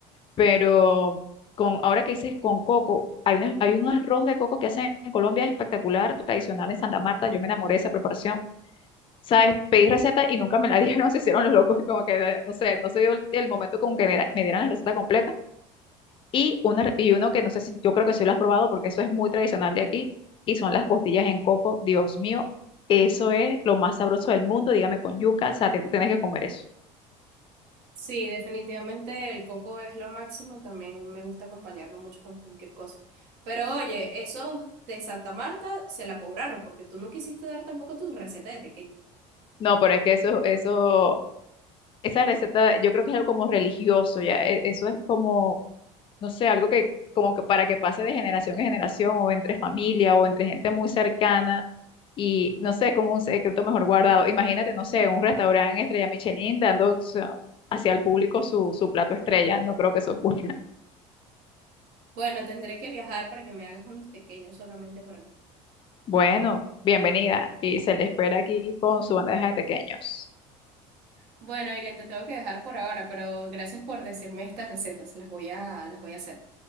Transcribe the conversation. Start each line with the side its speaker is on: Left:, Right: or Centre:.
Left: Pero con, ahora que dices con coco, hay, una- hay un arroz de coco que hacen en Colombia espectacular, tradicional en Santa Marta. Yo me enamoré de esa preparación. ¿Sabes? Pedí receta y nunca me la dieron, <laughs> se hicieron los locos, como que, eh, no sé, no se dio el, el momento como que me, da- me dieran la receta completa. Y, una, y uno que no sé si yo creo que sí lo has probado porque eso es muy tradicional de aquí y son las costillas en coco. Dios mío, eso es lo más sabroso del mundo. Dígame con yuca, o sea, te- tú tienes que comer eso.
Right: Sí, definitivamente el coco es lo máximo, también me gusta acompañarlo mucho con cualquier cosa. Pero oye, esos de Santa Marta se la cobraron porque tú no quisiste dar tampoco tus recetas de tequeño.
Left: No, pero es que eso, eso, esa receta, yo creo que es algo como religioso, ya. e- Eso es como no sé, algo que como que para que pase de generación en generación o entre familia o entre gente muy cercana y no sé, como un secreto mejor guardado. Imagínate, no sé, un restaurante estrella Michelin dando o sea, hacia el público su, su plato estrella, no creo que eso ocurra. <laughs>
Right: Bueno, tendré que viajar para que me hagas unos tequeños solamente para mí.
Left: Bueno, bienvenida y se le espera aquí con su bandeja de pequeños.
Right: Bueno, Irene, te tengo que dejar por ahora, pero gracias por decirme estas recetas, las voy a, las voy a hacer.